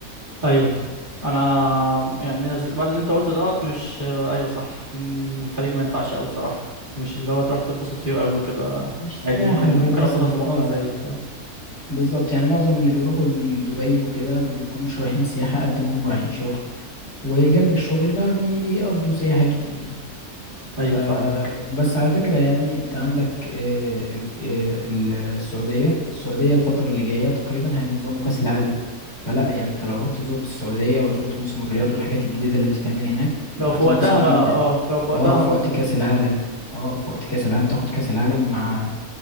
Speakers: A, on the right; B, on the left.
A: ايوه انا يعني ز- بعد اللي انت قلته دوت مش ايوه صح مم، الخليج ما ينفعش قوي صراحه مش اللي هو تروح تتبسط فيه قوي وكده
B: مش
A: عادي
B: سياحة
A: ممكن
B: غير
A: ممكن
B: مثلا
A: اتبسط في مصر
B: اه
A: زيه فاهم
B: بالظبط يعني معظم اللي بيروحوا لدبي وكده ما بيكونوش رايحين سياحة قد ما هم رايحين شغل وجنب الشغل بقى بيقضوا سياحتهم يعني
A: ايوه
B: فبس
A: فاهمك
B: على فكرة يعني انت عندك آه، ال- آه، ال- السعودية السعودية الفترة اللي جاية تقريبا هينظموا كأس العالم فلا يعني انت لو رحت زرت السعودية وزرت موسم الرياض والحاجات الجديدة اللي بتتعمل هناك
A: لو
B: هتنبسط
A: في وقتها
B: جدا
A: بقى اه لو في وقتها
B: اه في
A: هتبسط
B: وقت
A: جدا
B: كأس العالم اه في وقت كأس العالم تاخد كأس العالم مع